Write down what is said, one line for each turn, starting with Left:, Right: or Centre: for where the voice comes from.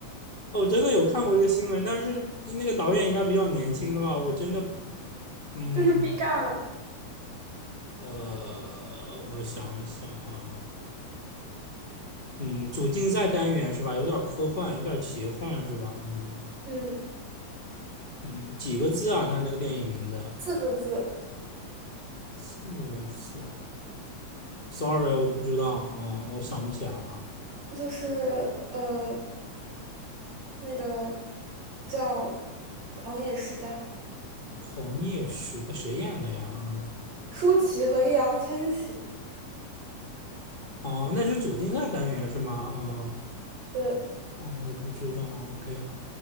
Left: 我真的有看过这个新闻，但是那个导演应该比较年轻的吧？我真的，嗯，
Right: 就是 B 站了，
Left: 呃，我想想哈、嗯，主竞赛单元是吧？有点科幻，有点奇幻是吧？嗯
Right: 嗯，
Left: 嗯，几个字啊？他那个电影名字
Right: 四个字，
Left: 四个字，sorry，我不知道啊、我想不起来了。
Right: 就是呃那个叫《狂野时代》，
Left: 狂野时的谁演的呀？啊，
Right: 舒淇和易烊千玺，
Left: 哦，那是主竞赛单元是吗？嗯
Right: 对，
Left: 哦，我不知道。OK，